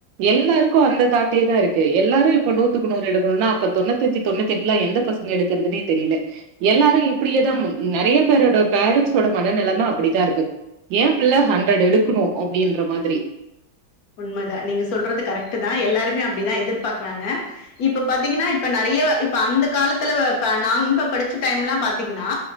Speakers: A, on the right (about 80°); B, on the left (about 65°).
A: எல்லாருக்கும் அந்த தாட்டே தா இருக்கு எல்லாரும் இப்ப நூத்துக்குநூறு எக்கணுன்னா அப்ப தொண்ணூத்தஞ்சு தொண்ணூத்தெட்ல்லா எந்த பசங்க ங்க எடுக்குறதுனே தெரியல எல்லாரும் இப்டியேதா நெறைய பேரோட பேரண்ஸ்ஸோட மனநெலம அப்டிதா இருக்கு ஏ பிள்ள ஹண்ட்ரட் எடுக்கணும் அப்டின்ற மாதிரி
B: உண்மதா நீங்க சொல்றது கரெக்ட் தா எல்லாருமே அப்டிதா எதிர்பாக்கறாங்க இப்ப பாத்தீங்கன்னா இப்ப நறைய இப்ப அந்த காலத்துல இப்ப நம்ப படிச்ச டைம்ல்லா பாத்தீங்கன்னா